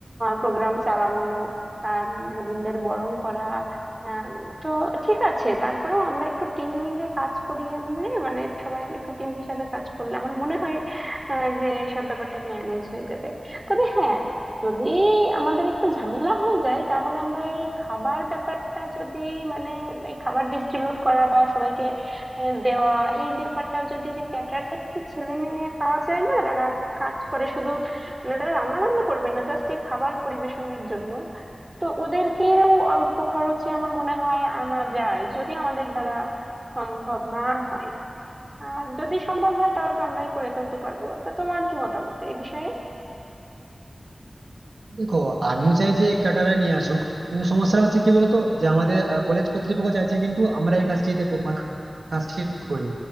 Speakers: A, on the right; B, on the right.
A: প্রোগ্রাম চালানো আহ, নবীনদের বরণ করা আম, তো ঠিক আছে তারপরেও আমরা একটু টিম মিলে কাজ করিয়ে নিলে মানে সবাই একটু টিম হিসাবে কাজ করলে আমার মনে হয় আহ, যে সব ব্যাপারটা ম্যানেজ হয়ে যাবে তবে হ্যাঁ যদি আমাদের একটু ঝামেলা হয়ে যায় তাহলে আমরা এই খাবার ব্যাপারটা যদি মানে এই খাবার ডিস্ট্রিবিউট করা বা সবাইকে আহ, দেওয়া এই ব্যাপারটা যদি যে ক্যাটার্স এর কিছু ছেলে মেয়ে পাওয়া যায় না যারা আর কি কাজ করে শুধু মানে তারা রান্না বান্না করবে না জাস্ট এই খাবার পরিবেশনের জন্য তো ওদেরকেও অল্প খরচে আমার মনে হয় আনা যায় যদি আমাদের দ্বারা সম্ভব না হয় আর যদি সম্ভব হয় তাহলে তো আমরাই করে ফেলতে পারবো তা তোমার কি মতামত এই বিষয়ে
B: দেখো আমিও চাই যে ক্যাটারার নিয়ে আসুক কিন্তু সমস্যাটা হচ্ছে কি বলতো যে আমাদের কলেজ কর্তৃপক্ষ চাইছে কিন্তু আমরা এই কাজটিতে কো- মানে কাজটি করি